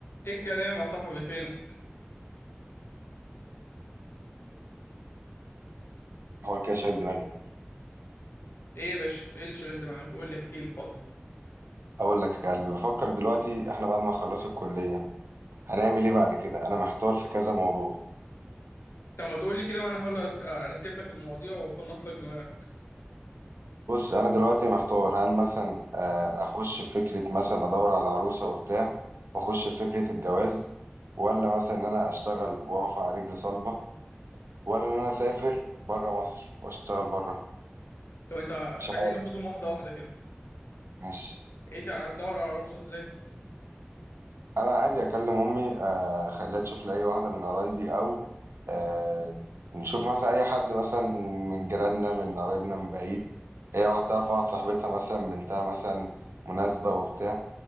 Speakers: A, on the left (about 70°); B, on the right (about 80°).
A: ايه الكلام يا صاحبي فينك
B: حوار كده شاغل دماغي
A: ايه يا باشا ايه اللي شغلت معاك قول لي احكي لي فضل
B: اقول لك يا قلبي بفكر دلوقتي احنا بعد ما خلص الكليه هنعمل ايه بعد كده انا محتار في كذا موضوع
A: طب ما تقول لي كده وانا احاول أرت- ارتب لك المواضيع وافنط لك دماغك
B: بص انا دلوقتي محتار هل مثلا آه، اخش في فكره مثلا ادور على عروسه وبتاع واخش في فكره الجواز ولا مثلا ان انا اشتغل واقف على رجل صلبه ولا ان انا اسافر بره مصر واشتغل بره
A: طب انت
B: مش
A: خلينا
B: عارف
A: ناخدهم واحده واحده كده
B: ماشي
A: انت هتدور على عروسه ازاي
B: انا عادي اكلم امي آه، اخليها تشوف لي اي واحده من قرايبي او آه، نشوف مثلا اي حد مثلا من جيراننا من قرايبنا من بعيد هي واحده تعرف واحد صاحبتها مثلا بنتها مثلا مناسبه وبتاع